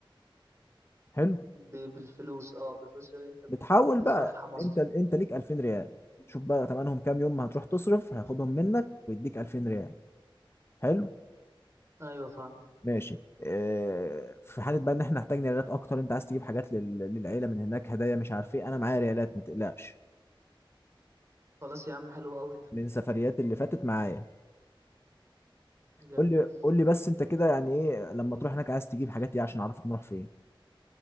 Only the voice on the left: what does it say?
حلو
بتحول
بقى
انت انت ليك 2000 ريال شوف بقى تمنهم كام يوم ما هتروح تصرف هياخدهم منك ويديك 2000 ريال حلو
ماشي اه في حاله بقى ان احنا محتاجين ريالات اكتر انت عايز تجيب حاجات لل... للعيله من هناك هدايا مش عارف ايه انا معايا ريالات ما تقلقش
من سفريات اللي فاتت معايا
قول لي قول لي بس انت كده يعني ايه لما تروح هناك عايز تجيب حاجات ايه عشان اعرفك نروح فين